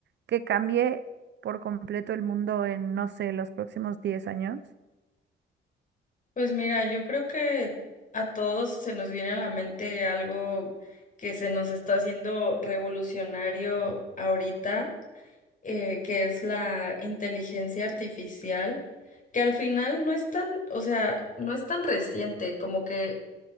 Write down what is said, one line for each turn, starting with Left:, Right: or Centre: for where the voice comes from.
Right: que cambie por completo el mundo en, no sé, los próximos 10 años?
Left: Pues mira, yo creo que a todos se nos viene a la mente algo que se nos está haciendo revolucionario ahorita, eh, que es la inteligencia artificial, que al final no es tan, o sea, no es tan reciente, como que